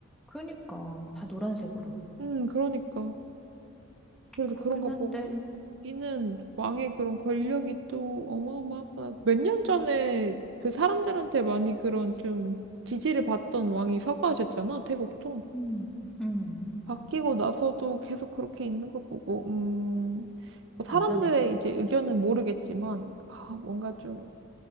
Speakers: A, in the centre; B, on the right.
A: 그러니까 다 노란색으로.
B: 음, 그러니까. 그래서
A: 그렇긴
B: 그런 거
A: 한데,
B: 보고 여기는 왕의 그런 권력이 또 어마어마하구나. 몇 년 전에 그 사람들한테 많이 그런 좀 지지를 받던 왕이 서거하셨잖아, 태국도.
A: 음, 음.
B: 바뀌고 나서도 계속 그렇게 있는 거 보고, 음, 뭐 사람들의
A: 안 변해.
B: 이제 의견은 모르겠지만, 아, 뭔가 좀,